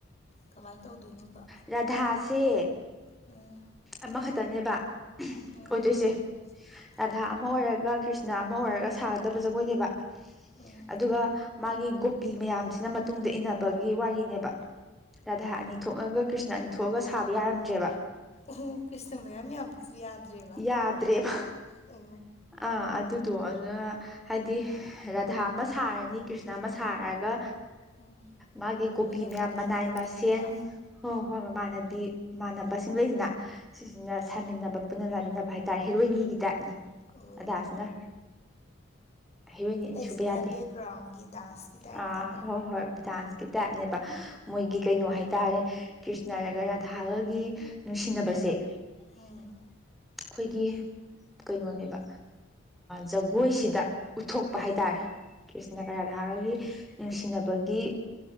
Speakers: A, on the left; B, in the centre.
A: ꯀꯃꯥꯏꯅ ꯇꯧꯗꯣꯏꯅꯣꯕ
B: ꯔꯥꯙꯥꯁꯦ
A: ꯎꯝ
B: ꯑꯃꯈꯛꯇꯅꯦꯕ
A: ꯎꯝ
B: ꯑꯣꯏꯗꯣꯏꯁꯦ ꯔꯥꯙꯥ
A: ꯎꯝ
B: ꯑꯃ ꯑꯣꯏꯔꯒ ꯀ꯭ꯔꯤꯁꯅ ꯑꯃ ꯑꯣꯏꯔꯒ ꯁꯥꯒꯗꯕ ꯖꯒꯣꯏꯅꯦꯕ
A: ꯎꯝ
B: ꯑꯗꯨꯒ ꯃꯥꯒꯤ ꯒꯣꯄꯤ ꯃꯌꯥꯝꯁꯤꯅ ꯃꯇꯨꯡꯗ ꯏꯟꯅꯕꯒꯤ ꯋꯥꯔꯤꯅꯦꯕ ꯔꯥꯙꯥ ꯑꯅꯤ ꯊꯣꯛꯅꯒ ꯀ꯭ꯔꯤꯁꯅ ꯑꯅꯤ ꯊꯣꯛꯑꯒ ꯁꯥꯕ ꯌꯥꯔꯝꯗ꯭ꯔꯦꯕ
A: ꯑꯣ ꯀꯩꯁꯅ ꯃꯌꯥꯝ ꯌꯥꯝ ꯌꯥꯗ꯭ꯔꯦꯕ
B: ꯌꯥꯗ꯭ꯔꯦꯕ
A: ꯌꯥꯗ꯭ꯔꯦ ꯎ
B: ꯑꯥ ꯑꯗꯨꯗꯣ
A: ꯑꯗꯨ
B: ꯑꯗꯨꯅ ꯍꯥꯏꯗꯤ ꯔꯥꯙꯥ ꯑꯃ ꯁꯥꯔꯅꯤ ꯀ꯭ꯔꯤꯁꯅ ꯑꯃ ꯁꯥꯔꯒ
A: ꯎꯝ
B: ꯃꯥꯒꯤ ꯀꯣꯄꯤ
A: ꯒꯣꯄꯤ
B: ꯃꯌꯥꯝ ꯃꯅꯥꯏ
A: ꯑꯣꯏꯗꯣꯏꯅꯦꯕ
B: ꯃꯁꯤꯡꯁꯦꯟ ꯍꯣꯏ ꯍꯣꯏ ꯃꯃꯥꯟꯅꯗꯤ ꯏꯃꯥꯟꯅꯕꯁꯤꯡ ꯂꯩꯗꯅ ꯁꯤꯁꯤꯅ ꯁꯥꯃꯤꯟꯅꯩ ꯅꯕ ꯄꯨꯟꯅ ꯂꯥꯟꯃꯤꯟꯅꯕ ꯍꯥꯏꯇꯥꯔꯦ ꯍꯦꯔꯣꯏꯅꯤꯒꯤ ꯇꯥꯏꯞꯅꯤ
A: ꯑꯣ
B: ꯑꯗꯥꯁꯤꯅ ꯍꯣꯏ ꯅꯤꯅꯤ
A: ꯑꯇꯩꯁꯤꯅ
B: ꯁꯨꯕ ꯌꯥꯗꯦ
A: ꯕꯦꯛꯒ꯭ꯔꯥꯎꯟꯒꯤ ꯗꯥꯟꯁꯀꯤ ꯇꯥꯏꯞꯅꯦꯕ
B: ꯑ ꯍꯣꯏ ꯍꯣꯏ ꯕꯤꯗꯥꯟꯁ ꯀꯤ ꯇꯥꯏꯞꯅꯦꯕ ꯃꯣꯏꯒꯤ ꯀꯩꯅꯣ ꯍꯥꯏꯇꯥꯔꯦ ꯀ꯭ꯔꯤꯁꯅꯔꯒ ꯔꯥꯙꯥꯒꯒꯤ ꯅꯨꯡꯁꯤꯅꯕ ꯄꯁꯦ ꯑꯩꯈꯣꯏꯒꯤ
A: ꯎꯝ
B: ꯀꯩꯅꯣꯅꯦꯕ ꯖꯒꯣꯏꯁꯤꯗ ꯎꯠꯊꯣꯛꯄ
A: ꯎꯝ
B: ꯍꯥꯏꯇꯥꯔꯦ ꯀ꯭ꯔꯤꯁꯅ ꯒꯥ ꯔꯥꯙ ꯒꯥꯒꯤ ꯅꯨꯡꯁꯤꯅꯕꯒꯤ
A: ꯑꯣ